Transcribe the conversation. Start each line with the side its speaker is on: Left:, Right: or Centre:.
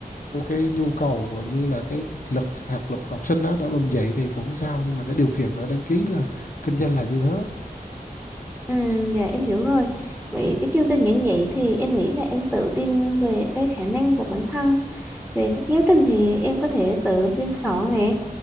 Left: theo cái nhu cầu cũng như là cái, cái lực học lực của học sinh đó đã bầm dậy thì cũng không sao nhưng mà cái điều kiện đã đăng ký là kinh doanh là như thế
Centre: ừ dạ em hiểu rồi vậy cái chương trình giảng dạy thì em nghĩ là em tự tin về cái khả năng của bản thân về các giáo trình thì em có thể tự biên soạn nè